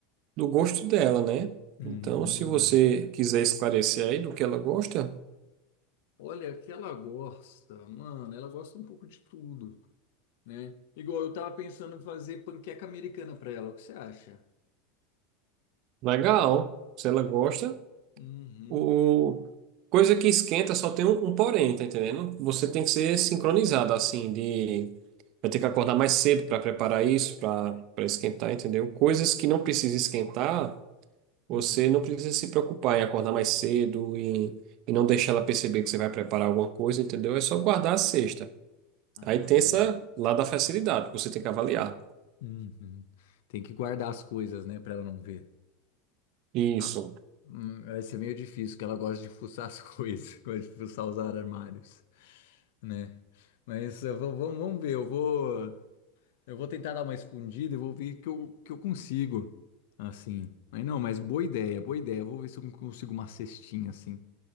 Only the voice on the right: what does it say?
do gosto dela, né?
Então,
se você quiser esclarecer aí do que ela gosta,
legal. Se ela gosta,
O... Coisa que esquenta só tem um, um porém, tá entendendo? Você tem que ser sincronizado, assim, de. Vai ter que acordar mais cedo para preparar isso, para para esquentar, entendeu? Coisas que não precisa esquentar, você
não precisa se preocupar em acordar mais cedo e, e não deixar ela perceber que você vai preparar alguma coisa, entendeu? É só guardar a cesta.
Aí tem essa lá da facilidade, que você tem que avaliar.
Isso.